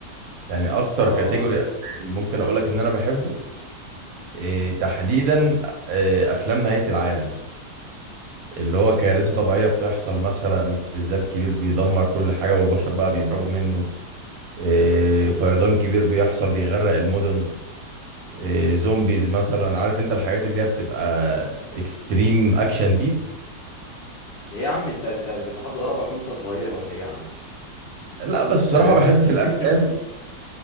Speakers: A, on the right; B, on the left.
A: يعني اكتر
B: اه
A: كاتيجوري ممكن اقول لك ان انا بحبه إيه تحديدا إيه افلام نهاية العالم اللي هو كارثة طبيعية بتحصل مثلا زلزال كبير بيدمر كل حاجة والبشر بقى بيهربوا منه إيه فيضان كبير بيحصل بيغرق المدن إيه زومبيز مثلا عارف انت الحاجات اللي هي بتبقى اكستريم اكشن دي
B: ايه يا عم انت انت انت حد ضربك وانت صغير ولا ايه يا عم
A: لا بس بصراحة
B: انت
A: بحب في الافلام
B: <laughs>